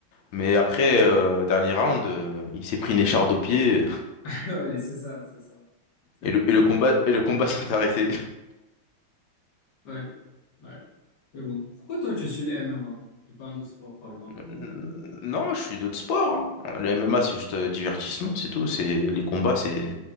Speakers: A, on the left; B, on the left.
A: Mais après, euh, dernier round, euh, il s'est pris une écharde au pied
B: <laughs> Ouais, c'est ça, c'est ça. C'est,
A: et le, et le combat, et le combat <laughs> s'est arrêté.
B: ouais, ouais. Mais bon, pourquoi toi tu suis le MMA et pas un autre sport, par exemple?
A: Euh, Non, je suis d'autres sports. hein. Le MMA, c'est juste euh, divertissement, c'est tout. C'est les combats, c'est, tu